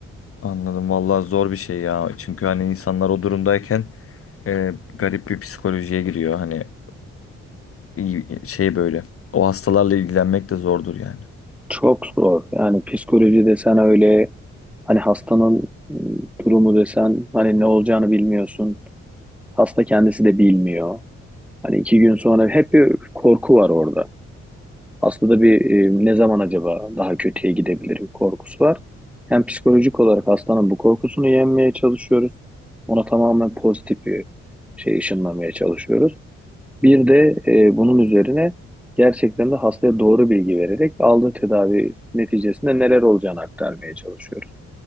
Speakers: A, on the left; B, in the centre.
A: anladım. Vallahi zor bir şey ya. Çünkü hani insanlar o durumdayken e, garip bir psikolojiye giriyor. Hani iyi- şey böyle. O hastalarla ilgilenmek de zordur yani.
B: Çok zor. Yani psikoloji desen öyle, hani hastanın m, durumu desen, hani ne olacağını bilmiyorsun. Hasta kendisi de bilmiyor. Hani iki gün sonra hep bir korku var orada. Hastada bir e, ne zaman acaba daha kötüye gidebilirim korkusu var. Hem psikolojik olarak hastanın bu korkusunu yenmeye çalışıyoruz. Ona tamamen pozitif bir şey ışınlamaya çalışıyoruz. Bir de e, bunun üzerine gerçekten de hastaya doğru bilgi vererek aldığı tedavi neticesinde neler olacağını aktarmaya çalışıyoruz.